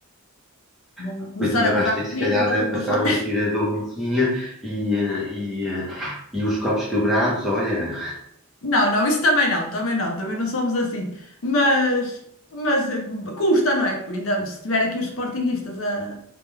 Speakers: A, on the left (about 65°); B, in the centre.
A: vão
B: Ah,
A: começar
B: Pois ainda
A: a gozar
B: vais ter que,
A: comigo,
B: se calhar,
A: ainda
B: eh,
A: vão
B: passar
A: passar.
B: o aspirador no fim e, eh, e, eh, e os copos quebrados, olha.
A: Não, não, isso também não, também não, também não somos assim. Mas, mas eh, custa, não é? Ainda se tiver aqui os sportinguistas a,